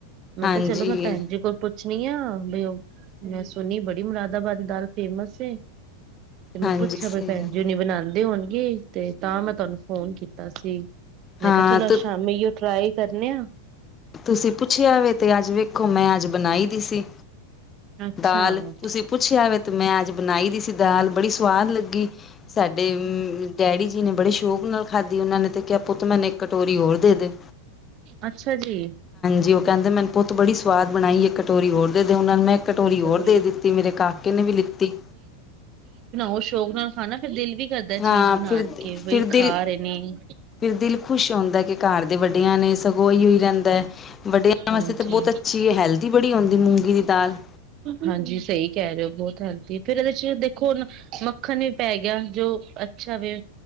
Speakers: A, on the right; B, on the left.
A: ਮੈਂ
B: ਹਾਂਜੀ,
A: ਕਿਹਾ ਚਲੋ ਮੈਂ ਭੈਣ ਜੀ ਕੋਲ ਪੁੱਛ ਛ ਆ ਬ ਉਹ ਮੈਂ ਸੁਣੀ ਬੜੀ ਮੁਰਾਦਾਬਾਦੀ ਦਾਲ ਫੇਮਸ ਤੇ ਮੈਂ
B: ਹਾਂਜੀ
A: ਪੁੱਛਿਆ
B: ਸਹੀ
A: ਵੀ ਭੈਣ
B: ਗੱਲ ਏ।
A: ਜੀ ਉਹਨ ਬਣਾਉਂਦੇ ਹੋਣੀ ਤੇ ਤਾਂ ਮੈਂ ਤੁਹਾਨੂੰ ਫੋਨ ਕੀਤਾ ਸੀ ਮੈਂ
B: ਹਾਂ
A: ਕਿਹਾ ਚਲੋ
B: ਤ
A: ਸ਼ਾਮੀ ਉਹ ਟਰਾਈ ਕਰਨੇ ਆ
B: ਤੁਸੀਂ ਪੁੱਛਿਆ ਵ ਤੇ ਅੱਜ ਵੇਖੋ ਮੈਂ ਅੱਜ ਬਣਾਈ ਦੀ ਸੀ
A: ਅੱਛਾ
B: ਦਾਲ ਤੁਸੀਂ ਪੁੱਛਿਆ ਵ ਤੇ ਮੈਂ ਅੱਜ ਬਣਾਈ ਦੀ ਸੀ ਦਾਲ ਬੜੀ ਸਵਾਦ ਲੱਗੀ ਸਾਡੇ ਡੈਡੀ ਜੀ ਨੇ ਬੜੇ ਸ਼ੋਕ ਨਾਲ ਖਾਧੀ ਉਹਨਾਂ ਨੇ ਤੇ ਕਿਹਾ ਪੁੱਤ ਮੈਨੂੰ ਇੱਕ ਕਟੋਰੀ ਹੋਰ ਦੇ ਦੇ
A: ਅੱਛਾ ਜੀ
B: ਜੀ ਉਹ ਕਹਿੰਦੇ ਮੈਨ ਪੁੱਤ ਬੜੀ ਸਵਾਦ ਬਣਾਈ ਕਟੋਰੀ ਹੋਰ ਦੇ ਦੇ ਉਹਨਾਂ ਨੇ ਮੈਂ ਕਟੋਰੀ
A: ਚਲੋ
B: ਹੋਰ ਦੇ ਦਿੱਤੀ ਮੇਰੇ ਕਾਕੇ ਨੇ ਵੀ ਲਿੱਤੀ
A: ਉਹ ਸ਼ੌਕ ਨਾਲ ਖਾਣਾ ਫਿਰ ਦਿਲ ਵੀ ਕਰਦਾ
B: ਹਾਂ
A: ਚੀਜ਼ ਬਣਾ
B: ਫਿਰ
A: ਕੇ ਬਈ
B: ਫਿਰ
A: ਖਾ
B: ਦਿਲ
A: ਰਹੇ ਨੇ
B: ਫਿਰ ਦਿਲ ਖੁਸ਼ ਹੁੰਦਾ ਕਿ ਘਰ ਦੇ ਵੱਡਿਆਂ ਨੇ ਸਗੋਂ ਇਹੀਓ ਹੀ ਰਹਿੰਦਾ ਹੈ ਵੱਡਿਆਂ
A: ਹਾਂਜੀ
B: ਵਾਸਤੇ ਤਾਂ ਬਹੁਤ ਅੱਛੀ ਹੈ, ਹੈਲਦੀ ਬੜੀ ਹੁੰਦੀ ਮੂੰਗੀ ਦੀ ਦਾਲ
A: ਹਾਂਜੀ ਸਹੀ ਕਹਿ ਰਹੇ ਹੋ ਬਹੁਤ ਹਾਂਜੀ ਫੇਿਰ ਇਹਦੇ ਚ ਦੇਖੋ ਹੁਣ ਮੱਖਣ ਵੀ ਪੈ ਗਿਆ ਜੋ ਅੱਛਾ ਵ